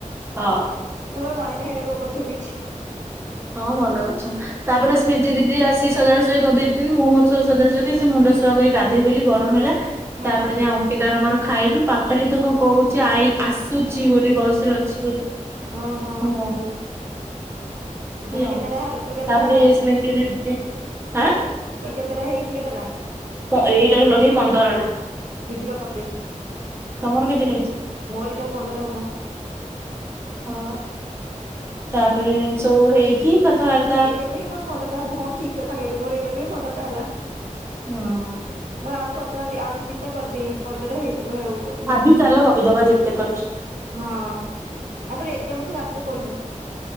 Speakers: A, on the right; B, on the right.
A: ହଁ
B: ତ ମୋର ମନେହିଁଇଟାକୁ ଉପରେଥ ଦେଇଛି।
A: ହଁ ଭଲ ଅଛ ତାପରେ ସ୍ମ। ଦିଦି ଆସି ସଜାସଜଜି କରିଦେଇଛନ୍ତି। ମୁଁ ମୋର ସୁ ସଜାଜ ସେ ମୁଣ୍ଡ ସଫା କରି ଗାଧେ ବୋଲି ଗରମ ହେଲା।
B: ହଁ
A: ତାପରେ ଯାଇଏ ଅଙ୍କିତାର ମର ଖାଇଲୁ ପାପ।। ପାପାଲି ତ କ'ଣ କହୁଛି? ଆ ଆସୁଛି ବୋଲି ବସ୍ ରେ ଅଛି ବୋଲି।
B: ଓହୋ
A: ସିଏ
B: ତୋର କେତେଟା
A: ଆସୁଛି
B: ହେଲେ ତୋର କେତେଟା
A: ତାପରେ
B: ହେଲାଣି
A: ସ୍ମୃତି ଦିଦି ଆଁ
B: ତୋର କେତେଟା ହେଇଛି କେତେଟା।
A: ଏଇଟାକୁ ଲଗେଇ ପନ୍ଦରଟା।
B: ଶୀଘ୍ର କରିଦେ
A: ତମର କେତେ ରହିଛି?
B: ମୋରିଟା ପନ୍ଦର ହବ।
A: ହଁ ତାପରେ ସବୁ ହେଇକି କଥାବାର୍ତ୍ତା।।
B: ଏଇଟାକୁ ହିଁ ମୋର ପନ୍ଦରଟା ହ ହଁ ଠିକ କଥା କହିଲୁ ମୋର ଏଇଟାକୁ ହି ପନ୍ଦରଟା ହେଲା।
A: ହଁ
B: ମୁଁ ଆଉ କରିଦେବା ଆଉ ଦିଇ ତିନଟା କରିଦେଇ କରିଦେଲେ ହେଇଯିବଉ।
A: ଆଜି ଚାଲ ଗପି ଦବା ଯେତେ ପାରୁଛି।
B: ହଁ ଆ ତା ପରେଏଗଜାମ ଅଛି ରାତିରେ ପଢିବୁ।